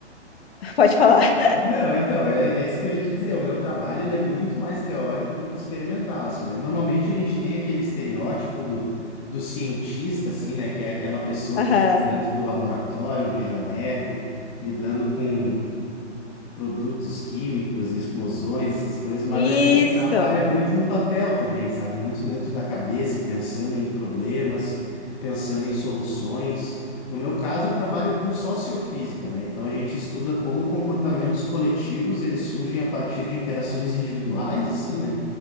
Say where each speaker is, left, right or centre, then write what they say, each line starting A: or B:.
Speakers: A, on the left (about 60°); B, on the left (about 30°).
A: <laughs> Pode falar.
B: não, então, é, é isso que eu ia te dizer. O meu trabalho, ele é muito mais teórico do que experimental, assim, né? Normalmente a gente tem aquele estereótipo do, do cientista, assim, né? Que é aquela pessoa
A: Aham.
B: que fica dentro do laboratório, de jaleco, lidando com produtos químicos e explosões, essas coisas, mas
A: Isso.
B: a gente trabalha muito no papel também, sabe? Muito dentro da cabeça, pensando em problemas, pensando em soluções. No meu caso, eu trabalho com sociofísica, né? Então a gente estuda como comportamentos coletivos eles surgem a partir de interações individuais, assim, né?